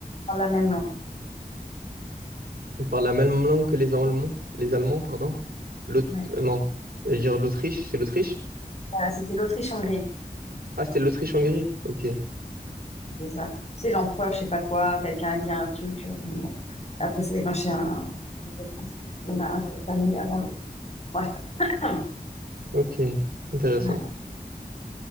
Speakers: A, on the left; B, on the right.
A: Dans la même langue.
B: Ils parlent la même langue que les Allemands, les Allemands, pardon. L'aut-
A: Ouais.
B: euh, non, je vais dire l'Autriche, c'est l'Autriche?
A: Voilà, c'était l'Autriche-Hongrie.
B: Ah, c'était l'Autriche-Hongrie. Ok,
A: C'était ça. C'est l'empereur, je sais pas quoi. Quelqu'un a dit un truc. euh, bon, bon. Après, ça déclenché un. Il y en a un qui a terminé avant l'autre. Bref. <clears throat>
B: ok, intéressant.
A: Voilà.